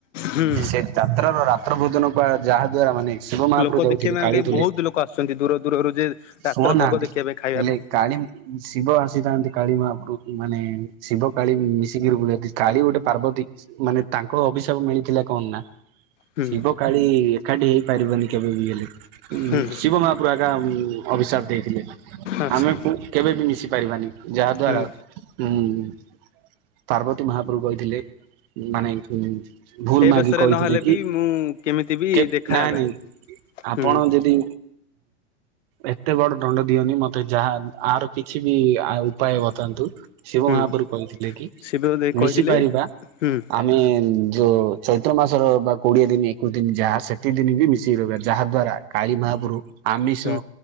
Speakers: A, on the left (about 85°); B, on the right (about 50°).
A: ହୁଁ
B: ସେ ଯାତ୍ରାର ରାତ୍ର ଭୋଜନକୁ ଯାହା ଦ୍ଵାରା ମାନେ ଶିବ ମହାପ୍ରଭୁ
A: ଲୋକ
B: ଦେଉଥିଲେ
A: ଦେଖିବା
B: କାଳି
A: ପାଇଁ
B: ତୁଳେ
A: ବହୁତ ଲୋକ ଆସୁଛନ୍ତି ଦୂର ଦୂରରୁ ଯେ ରାତ୍ର
B: ଶୁଣୁନାହାନ୍ତି
A: ଭୋଗ ଦେଖିବା ପାଇଁ ଖାଇବା
B: ହେଲେ
A: ପାଇଁ
B: କାଳି ଶିବ ଆସିଥାନ୍ତି କାଳୀ ମାହାପ୍ରଭୁ ମାନେ ଶିବ କାଳି ମିଶିକିରି <unintelligible> କାଳି ଗୋଟେ ପାର୍ବତୀ ମାନେ ତାଙ୍କ ଅଭିଶାପ ମିଳିଥିଲା କଣ ନା
A: ହୁଁ।
B: ଶିବ କାଳି ଏକାଟି ହେଇପାରିବନି କେବେ ବି ହେଲେ ଉ
A: ହୁଁ
B: ଶିବ ମହାପ୍ରଭୁ ଆଜ୍ଞା ଅଭିଶାପ ଦେଇଥିଲେ
A: ଆଚ୍ଛା
B: ଆମେ କେବେ ବି ମିଶି ପାରିବାନି ଯାହା ଦ୍ଵାରା
A: ହୁଁ
B: ହୁଁ ପାର୍ବତୀ ମହାପ୍ରଭୁ କହିଥିଲେ ମାନେ ଭୁଲ
A: ଏ
B: ମାଗି
A: ବେଶରେ
B: କହିଥିଲେ
A: ନହେଲେ
B: କି
A: ବି ମୁଁ କେମିତି ବି ଦେଖାହେବା।
B: ନାଇ ନାଇଁ ଆପଣ
A: ହୁଁ
B: ଯଦି ଏତେ ବଡ ଦଣ୍ଡ ଦିଅନି ମତେ ଯାହା ଆର କିଛି ବି ଆ ଉପାୟ ବତାନ୍ତୁ ଶିବ
A: ହୁଁ
B: ମହାପୁରୁ କହିଥିଲେ କି
A: ଶିବ ଦେଇ କହିଥିଲେ
B: ମିଶି ପାରିବା
A: ହୁଁ
B: ଆମେ ଯୋଉ ଚୈତ୍ର ମାସର ବା କୋଡିଏ ଦିନ ଏକୋଇଶ ଦିନ ଯାହା ସେତି ଦିନ ବି ମିଶିକି ରହିବାର ଯାହା ଦ୍ଵାରା କାଳୀ ମହାପରୁ ଆମିଷ
A: ହୁଁ